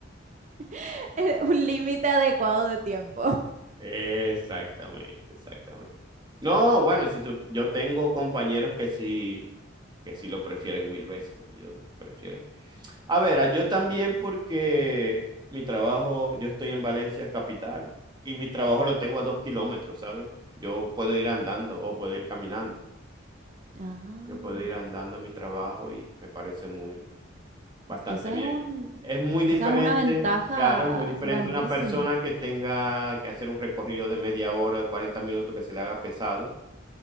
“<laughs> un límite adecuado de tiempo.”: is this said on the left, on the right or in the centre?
Right